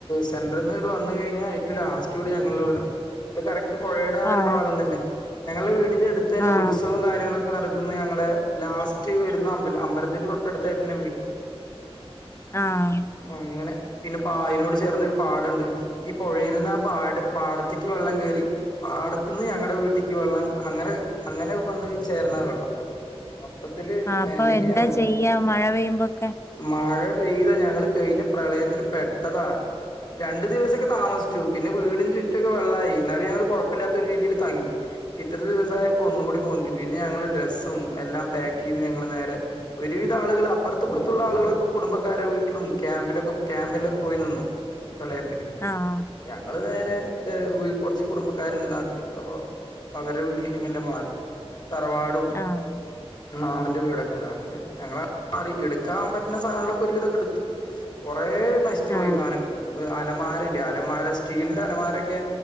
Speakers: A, on the left (about 45°); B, on the left (about 25°).
A: സെന്ററിൽന്ന് ഇങ്ങട്ട് വന്ന് കഴിഞ്ഞാ ഏറ്റവും ലാസ് റ്റൂടി ഞങ്ങളുടെ വീടാണ് ഇത് കറക്റ്റ് പുഴയുടെ ആ
B: ആഹ്
A: ഒരു ഭാഗം തന്നെ ഞങ്ങളുടെ വീടിന്റെ അടുത്ത് തന്നെ
B: ആഹ് ആഹ്
A: ഉത്സവം കാര്യങ്ങളൊക്കെ നടക്കുന്നെ ഞങ്ങളുടെ ലാസ്റ്റ് വരുന്ന അമ്പലം അമ്പലത്തിന്റെ തൊട്ടടുത്തായിട്ട് തന്നെ വീട്
B: ആഹ്
A: അങ്ങനെ പിന്നെ പായലോട് ചേർ അത് ഒരു പാടം ഉണ്ട് ഈ പുഴയിൽന്ന് ആ പാട് പാടത്തേക്ക് വെള്ളം കേറി പാടത്തു നിന്ന് ഞങ്ങടെ വീട്ടിക്ക് വെള്ളം അങ്ങനെ അങ്ങനെ വന്ന് ചേരുന്നതാ വെള്ളം മൊത്തത്തില് പേനഞ്ഞ്
B: അപ്പൊ എന്താ
A: ഞങ്ങള്
B: ചെയ്യാ മഴ പെയ്യുമ്പോക്കെ
A: മഴ പെയ്ത ഞങ്ങള് കഴിഞ്ഞ പ്രളയത്തിന് പെട്ടതാ രണ്ടു ദിവസം ഒക്കെ താമസിച്ചു പിന്നെ വീടിന് ചുറ്റു ഒക്കെ വെള്ളായി എന്നാലും ഞങ്ങള് കുഴപ്പല്ലാത്ത ഒരു രീതിയിൽ തങ്ങി പിറ്റത്തെ ദിവസം ആയപ്പോ ഒന്നു കൂടി പൊന്തി പിന്നെ ഞങ്ങള് ഡ്രസ്സും എല്ലാം പാക്ക് ചെയ്ത് ഞങ്ങള് നേരെ ഒരു വിധം ആളുകള് അപ്പുറത്തും ഇപ്പുറത്തുള്ള ആളുകളൊന്നും കുടുംബക്കാരുടെ വീട്ടിലും ക്യാമ്പിലൊക്കെ ക്യാമ്പിലൊക്കെ പോയി നിന്നു പ്രളയത്തിന്
B: ആഹ്
A: ഞങ്ങള് നേരെ ഏഹ് കുറച്ച് കുടുംബക്കാരുണ്ട് നാട്ടില് അപ്പൊ അവരെ വീട്ടിലേക്ക് മല്ലെ മാറി തറവാടും
B: ആഹ്
A: മാമന്റെ വീടൊക്കെ ഉണ്ട അങ്ങനെ <unintelligible> എടുക്കാൻ പറ്റുന്ന സാധനങ്ങളൊക്കെ ഒരുവിധതൊക്കെ എടുത്തു കൊറെ നശിച്ചു പോയി
B: ആഹ്
A: സധനങ്ങൾ അലമാരല്ലേ അലമാര സ്റ്റീലിന്റെ അലമാരൊക്കെ